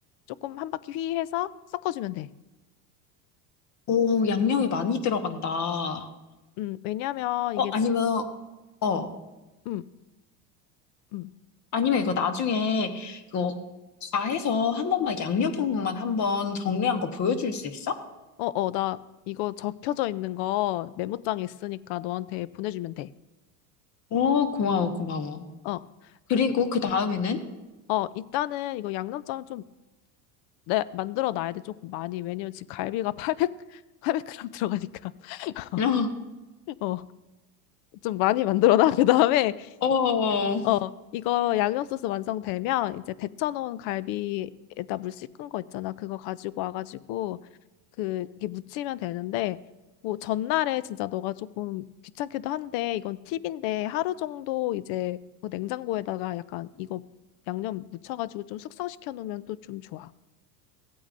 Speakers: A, on the left; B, on the left.
A: 조금 한 바퀴 휘 해서 섞어주면 돼.
B: 오, 양념이 많이 들어간다. 어,
A: 음, 왜냐면 이게
B: 아니면,
A: 지-
B: 어,
A: 음, 음.
B: 아니면 이거 나중에 이거 다 해서 한 번만 양념 부분만 한번 정리한 거 보여줄 수 있어?
A: 어, 어, 나 이거 적혀져 있는 거 메모장에 있으니까 너한테 보내주면 돼.
B: 오, 고마워, 고마워.
A: 어.
B: 그리고
A: 그,
B: 그 다음에는?
A: 어, 일단은 이거 양념장 좀 내, 만들어 놔야 돼. 조금 많이. 왜냐면 지금 갈비가 <laughs> 800, 백 그램 g 들어가니까. <laughs>
B: 어,
A: 어, 좀 많이 만들어 놔. 그다음에
B: 어, 어.
A: 어, 이거 양념 소스 완성되면 이제 데쳐 놓은 갈비에다 물 씻은 거 있잖아. 그거 가지고 와 가지고 그 이게 묻히면 되는데 뭐 전날에 진짜 너가 조금 귀찮기도 한데 이건 팁인데 하루 정도 이제 뭐 냉장고에다가 약간 이거 양념 묻혀가지고 좀 숙성시켜 놓으면 또 좀 좋아.